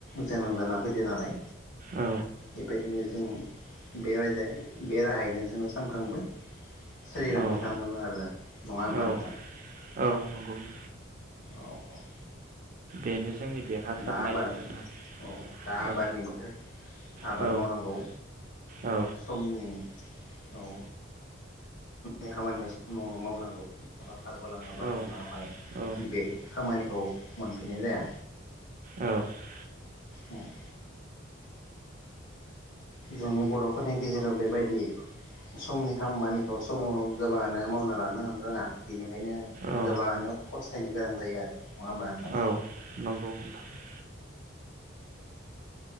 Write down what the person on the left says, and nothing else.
जोनोम जाना फैदों नालाय
बेबायदिनो जों बे र बे राहायैनो जोङो सानफ्रामबो सोलिलांबाय
थानांगोन आरो नङा होमबा
नोंथां
औ औ
दा आबाद
औ दा आबादनि
बोथोर आबाद
मावनांगौ
समनि औ नि खामानिखौ समावनो मावनांगौ माबा खारग'लाङोबा
उनावहाय
बे खामानिखौ मोनफिननाय जाया
ओम। जोंनि बर'फोरनि गेजेराव बेबायदि समनि खामानिखौ समावनो गोबाङानो मावना लानो रोङा बेनिखायनो
गोबाङानो फसथायनो गोनां जायो आरो नङा होमबा नोंथां?